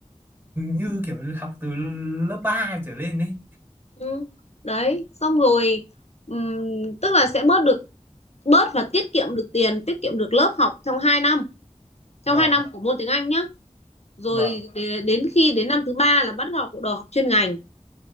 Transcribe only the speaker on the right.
như kiểu học từ lớp 3 trở lên ấy
vâng
vâng